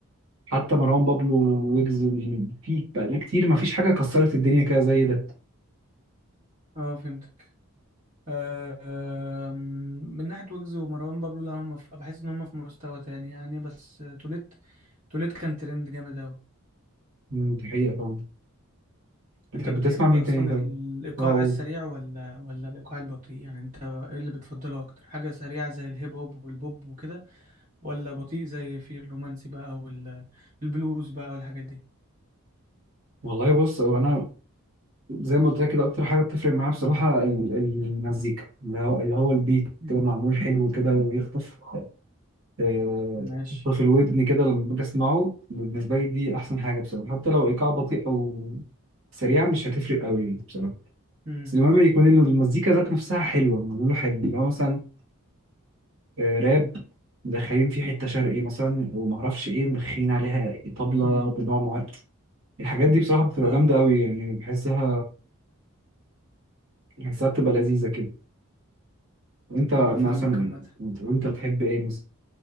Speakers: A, on the right; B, on the right.
A: حتى مروان بابلو ويجز يعني في بقالنا كتير مفيش حاجة كسرت الدنيا كده زي ده
B: اه فهمتك آه آم، من ناحية ويجز ومروان بابلو لا هم في بحس إن هم في مستوى تاني يعني بس آه، توليت توليت كان ترند جامد أوي
A: مم، دي حقيقة طبعا بتحب
B: انت بتحب
A: تسمع مين
B: اصلا
A: تاني كده؟
B: الايقاع
A: اه
B: السريع ولا ولا الايقاع البطيء يعني انت ايه اللي بتفضله اكتر حاجه سريعه زي الهيب هوب والبوب وكده ولا بطيء زي في الرومانسي بقى والبلوز بقى والحاجات دي
A: والله بص هو انا زي ما قلت لك كده اكتر حاجه بتفرق معايا بصراحه ال- المزيكا اللي هو اللي هو البيت
B: مم.
A: كده معمول حلو كده ويخطف آه،
B: ماشي
A: يخطف الودن كده لما باجي اسمعه بالنسبه لي دي احسن حاجه بصراحه حتى لو ايقاع بطيء او سريع مش هتفرق قوي بصراحه
B: امم
A: بس المهم يكون ال- المزيكا ذات نفسها حلوة معمولة حلو اللي هو مثلا آه، راب مدخلين فيه حتة شرقي مثلا ومعرفش ايه مدخلين عليها طبلة
B: امم
A: بنوع معين الحاجات دي بصراحة بتبقى
B: اه
A: جامدة قوي يعني بحسها بحسها بتبقى لذيذة كده وانت
B: انا
A: مثلا
B: فاهمك عامه
A: وانت بتحب ايه مثلا